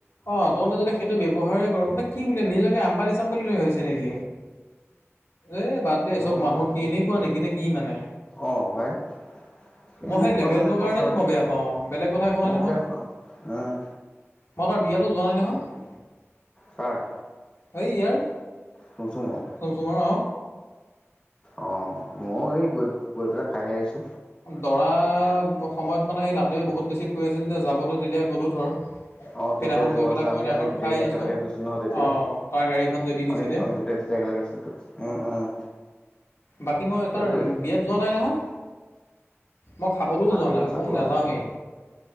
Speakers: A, on the left; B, on the left.
A: অ তহতে যদি সেইটো ব্যৱহাৰেই কৰ ত কি বুলি নিজকে আম্বানি চাম্বানি বুলি ভাবিছে নেকি এ বাদ দে
B: হয়
A: চব মানুহৰ কি এনেকুৱা নেকি নে কি মানে।
B: অ ভাই কেনেকুৱা
A: মই সেই লেবেলটোৰ
B: মানে কথা
A: কাৰণেটো মই বেয়া পাও, বেলেগ কথা একো
B: মই
A: নাই নহয়
B: বেয়া পাওঁ উম।
A: মই তাৰ বিয়াটো যোৱা নাই নহয়
B: কাৰ?
A: সেই ইয়াৰ।
B: ফুংচুমৰ?
A: ফুংচুমৰ অঁ।
B: অ মইয়ো এই গৈ -গৈ পেলাই খাইহে আহিছো।
A: দৰা সময়ত মানে এই লাটুৱে বহুত বেছি কৈ আছিল যে, যাবলৈ তেতিয়া গ'লোঁ ধৰ
B: অ
A: সেইদিনাখন
B: তেতিয়া যোৱা
A: গৈ
B: হৈছে
A: পেলাই কইনা
B: আমি- আমি
A: ঘৰত
B: গোটেইখিনি
A: খাই আহিছোঁ
B: একেলগে গৈছিলো নহয় তেতিয়া,
A: অ তাৰ গাড়ীখন যে দি দিছিলে
B: আমি -আমি গোটেই তেতিয়া একেলগে উম উম।
A: বাকী মই
B: সেইটোৱে
A: তাৰ বিয়াত যোৱা নাই নহয় মই খাবলৈও
B: ভালে
A: যোৱা
B: কৰিছা
A: নাই মই
B: থোৱা
A: নাযাওঁৱেই।